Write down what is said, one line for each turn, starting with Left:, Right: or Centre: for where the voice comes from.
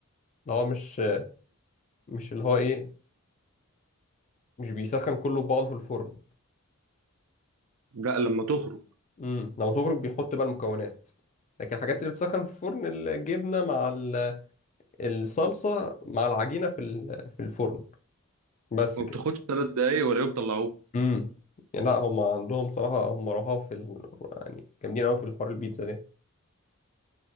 Left: اللي هو مش مش اللي هو ايه مش بيسخن كله في بعضه في الفرن
Right: لا لما تخرج
Left: امم لما تخرج بيحط بقى المكونات لكن الحاجات اللي بتسخن في الفرن الجبنة مع ال- الصلصة مع العجينة في ال- في الفرن بس
Right: وما
Left: كده
Right: بتاخدش ثلاث دقايق ولا يوم بيطلعوه
Left: امم يعني لا هم عندهم صراحة هم رهاف في ال... يعني جامدين قوي في الحوار البيتزا ده